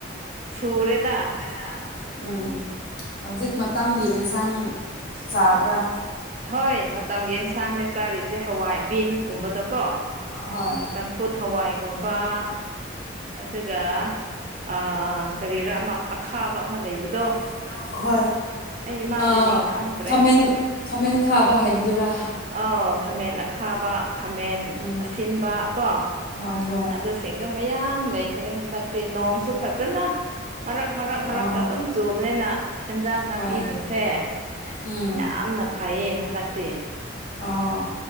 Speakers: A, on the right; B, on the left.
A: ꯁꯨꯔꯦꯗ
B: ꯅꯥ ꯎꯝ ꯍꯧꯖꯤꯛ ꯃꯇꯝꯒꯤ ꯏꯟꯁꯥꯡ ꯆꯥꯕ꯭ꯔꯥ?
A: ꯍꯣꯏ ꯃꯇꯝꯒꯤ ꯌꯦꯡꯁꯥꯡꯅꯦ ꯆꯥꯔꯤꯁꯦ ꯍꯋꯥꯏ ꯕꯤꯟꯁ ꯀꯨꯝꯕꯗꯣꯀꯣ
B: ꯍꯣꯏ
A: ꯆꯝꯐꯨꯠ ꯍꯋꯥꯏꯒꯨꯝꯕ ꯑꯠ ꯑꯗꯨꯒ ꯑꯥ ꯀꯔꯤꯔꯥ ꯑꯃ ꯑꯈꯥꯕ ꯑꯃ ꯂꯩꯕꯗꯣ
B: ꯀꯩꯒꯤꯅꯣ ꯑꯍꯣꯏ
A: ꯑꯩ ꯃꯥꯒꯤ
B: ꯑꯥ
A: ꯃꯤꯡ ꯈꯪꯗ꯭ꯔꯦ
B: ꯈꯥꯃꯦꯟ ꯈꯥꯃꯦꯟ ꯈꯥꯕ ꯍꯥꯏꯕꯗꯨꯔꯥ?
A: ꯑꯥꯎ ꯈꯥꯃꯦꯟ ꯑꯈꯥꯕ ꯈꯥꯃꯦꯟ
B: ꯎꯝ
A: ꯑꯁꯤꯟꯕ ꯀꯣ
B: ꯍꯣꯏ ꯍꯣꯏ
A: ꯑꯗꯣꯁꯤꯡꯗꯣ ꯃꯌꯥꯝ ꯂꯩꯈ꯭ꯔꯦ ꯍꯟꯗꯛꯇꯤ ꯅꯣꯡꯁꯨ ꯐꯖꯟꯅꯥ ꯃꯔꯛ ꯃꯔꯛ ꯃꯔꯛꯇ
B: ꯑꯣ
A: ꯑꯗꯨꯝ ꯆꯨꯕꯅꯦꯅ ꯍꯦꯟꯖꯥꯡ ꯅꯥꯄꯤꯁꯤꯡꯁꯦ
B: ꯍꯣꯏ ꯎꯝ
A: ꯑꯝꯅ ꯐꯩꯌꯦ ꯍꯟꯗꯛꯇꯤ
B: ꯑꯣ